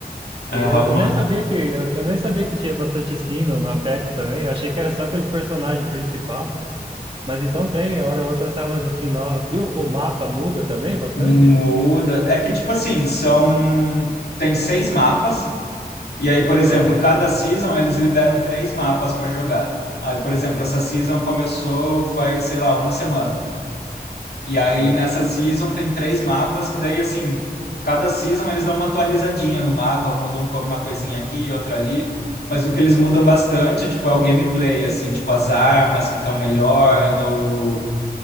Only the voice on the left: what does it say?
é,
é, rola
uma
muda. É que, tipo assim, são. Tem seis mapas. E aí, por exemplo,
cada season eles liberam três mapas para jogar. Aí, por exemplo, essa season começou faz, sei lá, uma semana. E aí
nessa season tem três mapas que daí assim, cada season eles dão uma atualizadinha no mapa, mudam co- uma coisinha aqui, e outra ali, mas o que eles mudam bastante, tipo, é o gameplay assim, tipo as armas que estão melhor no